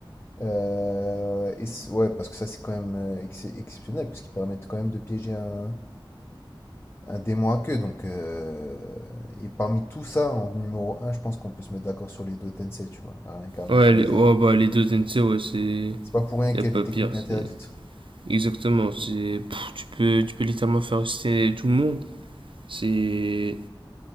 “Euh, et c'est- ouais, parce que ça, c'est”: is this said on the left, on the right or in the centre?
Left